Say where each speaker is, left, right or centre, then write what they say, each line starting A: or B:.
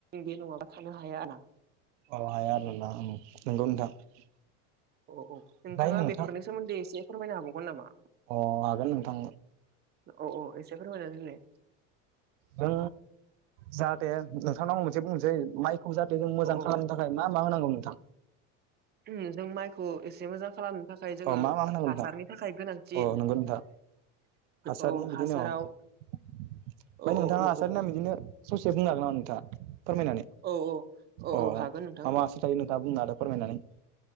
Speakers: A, on the right; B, on the right.
A: बे नङाबा थानो हाया आरो ना।
B: अ हाया आरो नोंथां नंगौ नोंथां।
A: औ औ
B: ओमफ्राय
A: नोंथाङा
B: नोंथां
A: बेफोरनि सोमोन्दै एसे फोरमायनो हाबावगोन नामा?
B: अ हागोन नोंथां।
A: औ औ एसे फोरमायनानै होलाय
B: दा जाहाथे नोंथांनाव आं मोनसे बुंनोसै माइखौ जाहाथे जों मोजां
A: औ औ
B: खालामनो थाखाय मा मा होनांगौ नोंथां?
A: ओम जों माइखौ एसे मोजां खालामनो थाखाय जोङो
B: अ मा मा होनांगौ
A: हासारनि
B: नोंथां
A: थाखाय गोनांथि
B: अ नंगौ नोंथां हासारनि
A: औ
B: बिदिनो
A: हासाराव
B: अ ओमफ्राय
A: औ औ
B: नोंथाङा
A: औ
B: हासारनि
A: औ
B: नाम बिदिनो ससे बुंनो हागोन नामा नोंथाङा फोरमायनानै
A: औ औ
B: अ मा
A: औ हागोन नोंथां
B: मा हासार थायो नोंथाङा बुंना होदो फोरमायनानै